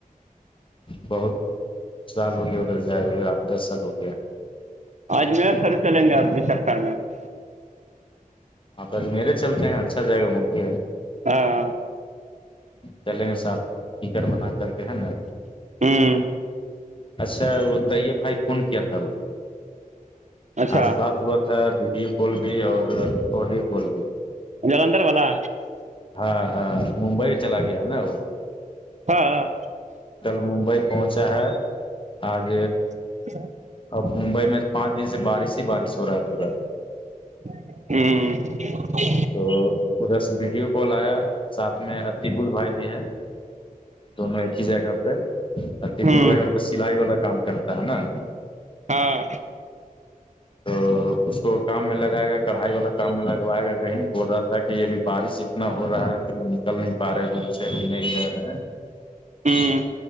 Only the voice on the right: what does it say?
آج م شرو چلیں گے اب بھی سرر میں <unintelligible>
ہاں
ہوں
اچھا
جالندھر والا
ہاں ہاں
سچ <unintelligible>
ہوں
ہوں
ہاں
ہوں